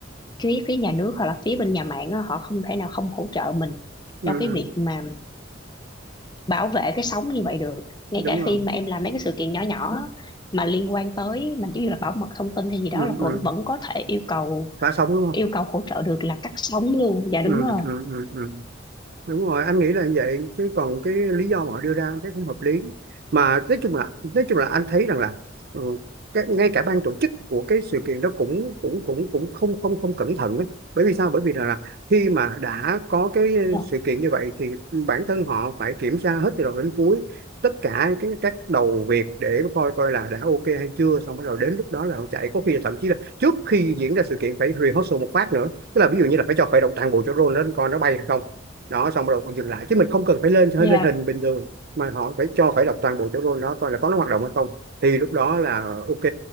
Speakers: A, on the left (about 25°); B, on the right (about 55°).
A: phía phía nhà nước hoặc là phía bên nhà mạng á, họ không thể nào không hỗ trợ mình
B: ừ
A: cho cái việc mà bảo vệ cái sống như vậy được ngay
B: đúng
A: cả
B: rồi
A: khi mà em làm mấy cái sự kiện nhỏ nhỏ mà liên quan tới mình giống như là bảo mật thông tin hay gì
B: ừ
A: đó là vẫn
B: ừ
A: vẫn có thể yêu cầu
B: phá sóng đúng không
A: yêu cầu hỗ trợ được là cắt sóng luôn dạ
B: ừ
A: đúng rồi
B: ừ ừ ừ đúng rồi anh nghĩ là như vậy chứ còn cái lý do mà họ đưa ra anh thấy không hợp lý mà nói chung là nói chung là anh thấy rằng là ừ, cái, ngay cả ban tổ chức của cái sự kiện đó cũng cũng cũng cũng không không không cẩn thận ấy. bởi vì sao bởi vì là, là khi mà đã có cái
A: dạ
B: sự kiện như vậy thì bản thân họ phải kiểm tra hết từ đầu đến cuối tất cả cái các đầu việc để coi coi là đã ok hay chưa xong bắt đầu đến lúc đó là họ chạy có khi là thậm chí là trước khi diễn ra sự kiện phải rehearsal một phát nữa tức là ví dụ như là phải cho khởi động toàn bộ cho drone lên coi nó bay hay không đó xong rồi còn dừng lại chứ mình không cần phải lên hơi
A: dạ
B: lên hình bình thường mà họ phải cho khởi động toàn bộ chỗ rôn đó coi là có nó hoạt động hay không thì lúc đó là ok